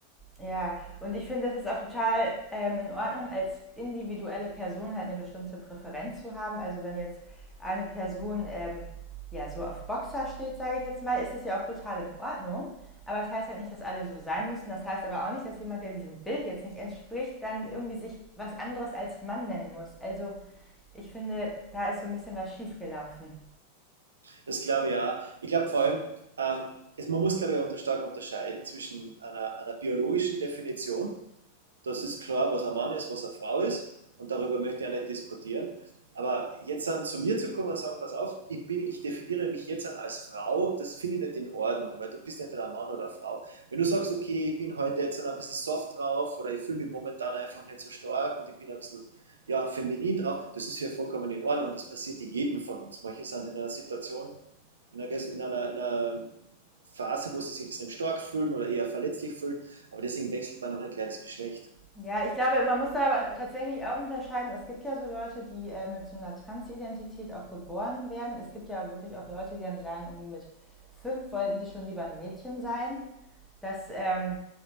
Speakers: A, in the centre; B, on the right.
A: Ja, und ich finde, das ist auch total ähm, in Ordnung, als individuelle Person halt eine bestimmte Präferenz zu haben. Also wenn jetzt eine Person ähm, ja so auf Boxer steht, sage ich jetzt mal, ist das ja auch total in Ordnung. Aber das heißt halt nicht, dass alle so sein müssen. Das heißt aber auch nicht, dass jemand, der diesem Bild jetzt nicht entspricht, dann irgendwie sich was anderes als Mann nennen muss. Also ich finde, da ist so ein bisschen was schiefgelaufen.
B: Das glaube ich auch. Ich glaube vor allem, ähm, man muss, glaube ich, unter, stark unterscheiden zwischen einer, einer biologischen Definition Das ist klar, was ein Mann ist, was eine Frau ist. Und darüber möchte ich auch nicht diskutieren. Aber jetzt dann zu mir zu kommen und sagen, pass auf, ich, bin, ich definiere mich jetzt dann als Frau, das finde ich nicht in Ordnung, weil du bist nicht ein Mann oder eine Frau. Wenn du sagst, okay, ich bin heute jetzt dann ein bisschen soft drauf oder ich fühle mich momentan einfach nicht so stark und ich bin ein bisschen ja, feminin drauf, das ist ja vollkommen in Ordnung. Das passiert jedem von uns. Manche sind in einer Situation, in einer, in einer, in einer Phase, wo sie sich extrem stark fühlen oder eher verletzlich fühlen, aber deswegen wechselt man noch nicht gleich das Geschlecht.
A: Ja, ich glaube, man muss da aber tatsächlich auch unterscheiden. Es gibt ja so Leute, die äh, mit so einer Transidentität auch geboren werden. Es gibt ja wirklich auch Leute, die dann sagen, irgendwie mit fünf wollten sie schon lieber ein Mädchen sein. Das ähm,